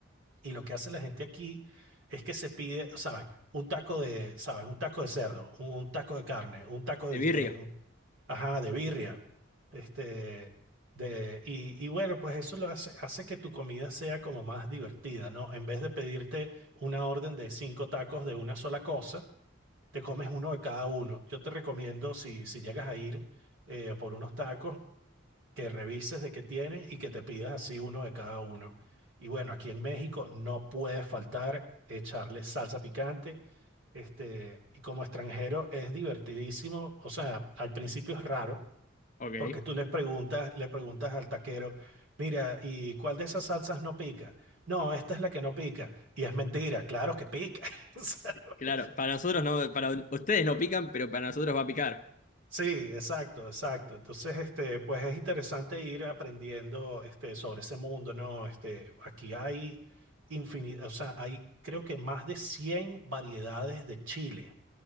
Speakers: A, on the right; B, on the left.
A: y lo que hace la gente aquí es que se pide, ¿sabes? Un taco de, ¿sabes? Un taco de cerdo, un taco de carne, un taco de
B: De
A: bistec,
B: birria.
A: un- ajá, de birria, este, de, y, y bueno, pues eso lo hace, hace que tu comida sea como más divertida, ¿no? En vez de pedirte una orden de cinco tacos de una sola cosa, te comes uno de cada uno. Yo te recomiendo, si, si llegas a ir eh, por unos tacos, que revises de qué tienes y que te pidas así uno de cada uno. Y bueno, aquí en México no puede faltar echarle salsa picante. Este, y como extranjero es divertidísimo. O sea, al principio es raro
B: Ok. Eh,
A: porque tú le preguntas, le preguntas al taquero, mira, ¿y cuál de esas salsas no pica? No, esta es la que no pica. Y es mentira, claro que pica. <laughs>
B: Claro, para nosotros no, para ustedes no pican, pero para nosotros va a picar.
A: Sí, exacto, exacto. Entonces, este, pues es interesante ir aprendiendo, este, sobre ese mundo, ¿no? Este, aquí hay infinidad, o sea, hay creo que más de 100 variedades de chile,